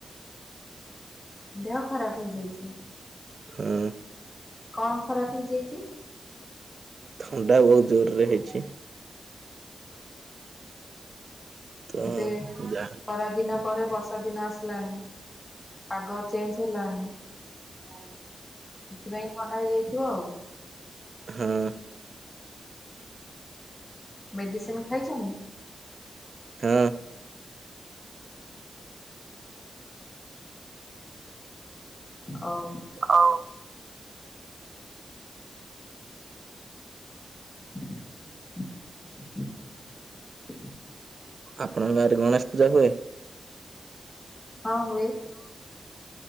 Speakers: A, on the left; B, on the right.
A: ଦେହ ଖରାପ ହେଇଯାଇଚି?
B: ହୁଁ।
A: କଣ ଖରାପ ହେଇଯାଇଚି?
B: ଥଣ୍ଡା ବୋହୁତ ଜୋର ରେ ହେଇଯାଇଚି। ତ
A: ଏତେ
B: ଯା
A: ଖରା ଦିନ ପରେ ବର୍ଷା ଦିନ ଆସିଲାଣି। ପାଗ ଚେଞ୍ଜ ହେଲାଣି।
B: ହଉ
A: ସେଥିପାଇଁ ଥଣ୍ଡା ହେଇଯାଇଥିବ ଆଉ।
B: ହଁ।
A: ମେଡିସିନ ଖାଇଛନ୍ତି?
B: ହଁ।
A: ହଉ।
B: ଅଉ।
A: <inaudible>
B: ଆପଣଙ୍କ ଗାଁ ରେ ଗଣେଶ ପୂଜା ହୁଏ?
A: ହଁ ହୁଏ।